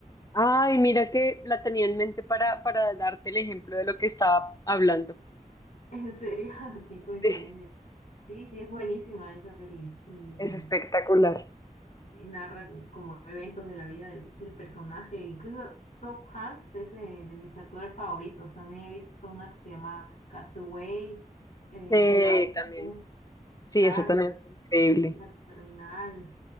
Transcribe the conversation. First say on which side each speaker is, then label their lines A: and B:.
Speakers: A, on the left; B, on the left.
A: Ay, mira que la tenía en mente para, para darte el ejemplo de lo que estaba hablando.
B: <laughs> En serio, <laughs> qué coincidencia.
A: Sí,
B: Sí, sí, es buenísima esa peli. y
A: Es espectacular.
B: y narra como eventos de la vida del, del personaje. Incluso Tom Hanks es eh, de, mis actores favoritos. También he visto una que se llama Castaway, eh,
A: Eh,
B: Un Náufrago,
A: también. Sí,
B: claro,
A: eso también
B: el-
A: fue increíble.
B: La Terminal.